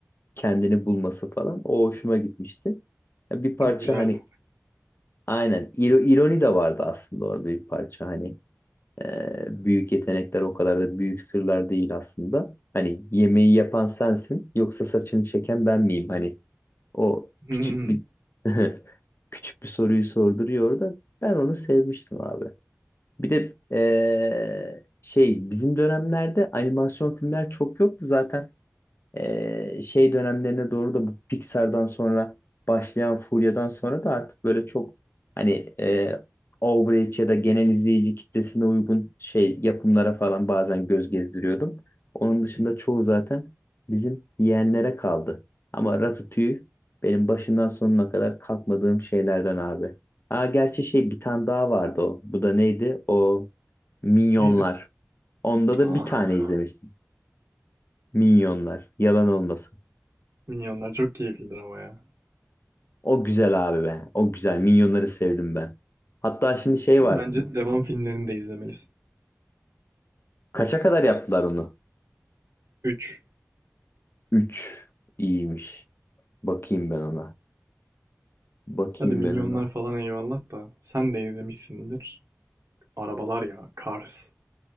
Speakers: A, on the left (about 50°); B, on the right (about 75°).
A: kendini bulması falan o hoşuma gitmişti. Ya bir parça
B: Çok güzeldi.
A: hani aynen iro- ironi de vardı aslında orada bir parça hani e, büyük yetenekler o kadar da büyük sırlar değil aslında. Hani yemeği yapan sensin yoksa saçını çeken ben miyim? Hani o
B: <laughs>
A: küçük bir <laughs> küçük bir soruyu sorduruyor da ben onu sevmiştim abi. Bir de eee, şey bizim dönemlerde animasyon filmler çok yoktu zaten. Eee, şey dönemlerine doğru da bu Pixar'dan sonra başlayan furyadan sonra da artık böyle çok hani eee average ya da genel izleyici kitlesine uygun şey yapımlara falan bazen göz gezdiriyordum. Onun dışında çoğu zaten bizim yeğenlere kaldı. Ama Ratatouille benim başından sonuna kadar kalkmadığım şeylerden abi. Aa, gerçi şey bir tane daha vardı o. Bu da neydi? O Minyonlar.
B: Neydi?
A: Onda
B: Aa,
A: da bir tane izlemiştim. Minyonlar. Yalan olmasın.
B: Minyonlar çok keyiflidir ama ya.
A: O güzel abi be. O güzel. Minyonları sevdim ben. Hatta şimdi şey
B: Onun
A: var.
B: bence devam filmlerini de izlemelisin.
A: Kaça kadar yaptılar onu?
B: 3.
A: Üç, İyiymiş. Bakayım ben ona. Bakayım
B: Hadi minyonlar
A: ben ona.
B: falan eyvallah da sen de izlemişsindir. Arabalar ya, Cars.